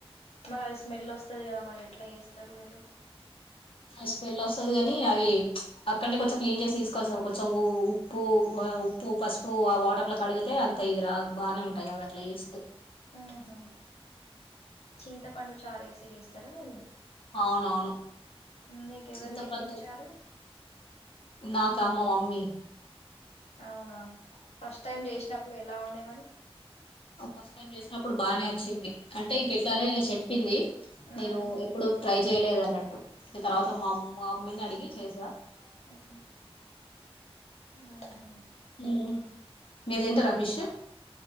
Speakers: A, on the left (about 80°); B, on the left (about 60°).
A: మరి అది స్మెల్ వస్త వస్తుంది కదా మరి ఎట్లా చేస్తారు మీరు
B: స్మెల్ వస్తది కాని అవి అక్కడనే కొంచెం క్లీన్ చేసి తీసుకొస్తారు కొంచెం ఉ ప్పు ఉప్పు పసుపు సో ఆ వాటర్ కడిగితే అంత ఇది రా బాగానే ఉంటాయి అది అట్లా ఎస్తే
A: ఆహ చింతపండు చారు వేసి చేస్తా సరవేను
B: అవునవును
A: మీకెవరు
B: చింతపడు
A: నేర్పించారు
B: నాకు అమ్మ మామ్మ అన్ని
A: అవునా ఫస్ట్ టైం చేసినప్పుడు ఎలా ఉండే మరి
B: ఫస్ట్ టైమ్ చేసినప్పుడు బానే వచ్చింది అంటే ఈ సారి ఏ చేసి చెప్పింది
A: ఉమ్
B: నేను ఎప్పుడు ట్రై చేయలేదు అన్నట్టు నీ తర్వాత మామ్ మా మమ్మీ నీ అడిగి చేస
A: మ్మ్ మ్మ్ హ్మ్ హు
B: మ్మ్ మీరు తింటర ఫిష్